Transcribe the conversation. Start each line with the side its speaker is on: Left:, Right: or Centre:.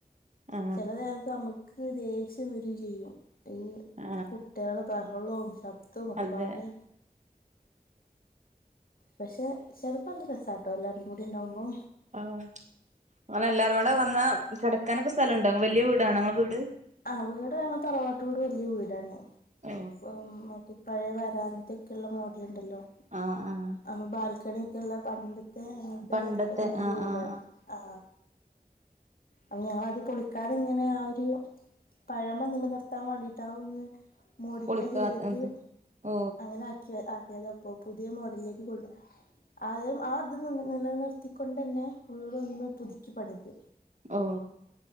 Right: ആ
Left: ചെലന്നേരത് അമക്ക് ദേഷ്യം വെരും ചെയ്യും ഈ
Right: ആ
Left: കുട്ട്യാളെ ബെഹളോം ശബ് ദോം ഒക്കപാടെ
Right: അതെ
Left: പഷെ ചെലപ്പല്ല രസട്ടോ എല്ലാരും കൂടി ഇണ്ടാവ്മ്പോ
Right: ആഹ് ഇങ്ങള് എല്ലാരും കൂടെ വന്നാ കെടക്കാനൊക്കെ സ്ഥലം ഉണ്ടോ വലിയ വീടാണോ ഇങ്ങളെ വീട്?
Left: ആഹ് വീട് ഞങ്ങളെ തറവാട്ട് വീട് വല്ല്യ വീടാണ്
Right: ഓ
Left: ഉം മറ്റേ. പയെ വരാന്ത ഒക്കെള്ള മോഡല്ണ്ടല്ലോ.
Right: ആഹ് ആഹ്.
Left: അപ്പൊ ബാൽക്കണി ഒക്കെ ഉള്ള പണ്ടത്തെ അങ്ങൻത്തെ
Right: പണ്ടത്തെ
Left: ഒര് വല്ല്യ
Right: ആഹ്
Left: വീടാണ്.
Right: ആഹ്
Left: ആഹ് അപ്പൊ ഞങ്ങള് അത് പൊളിക്കാതെ ഇങ്ങനെ ആ ഒര്. പഴമ നില നിർത്താൻ വാണ്ടിട്ട് അത് ഒന്ന് മോഡിഫൈ
Right: പൊളിക്കാ
Left: ചെയ്തിട്ട്
Right: ഓ
Left: അങ്ങനെ ആ ക്ക്യേ ആക്കിയതാ ഇപ്പോ പുതിയ മോഡലിലേക്ക് കൊണ്ട് ആദ്യം ആത് നിന്ന് നില നിർത്തിക്കൊണ്ടന്നെ ഉള്ള് ഒന്ന് പുതുക്കി പണിത്.
Right: ഓഹ്